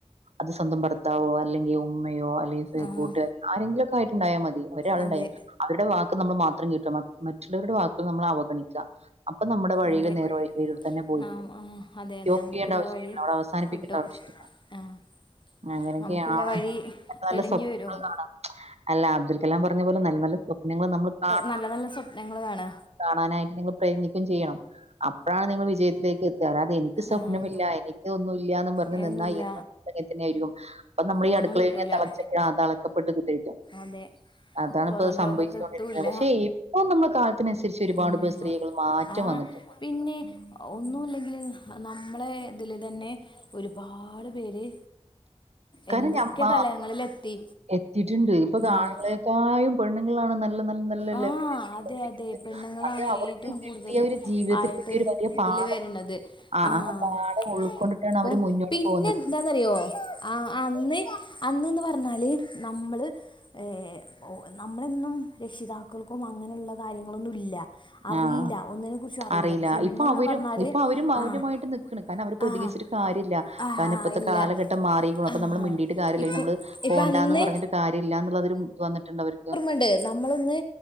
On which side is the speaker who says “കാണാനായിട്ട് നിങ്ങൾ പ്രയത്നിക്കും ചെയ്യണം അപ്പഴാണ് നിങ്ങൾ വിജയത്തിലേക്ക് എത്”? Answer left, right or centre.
Right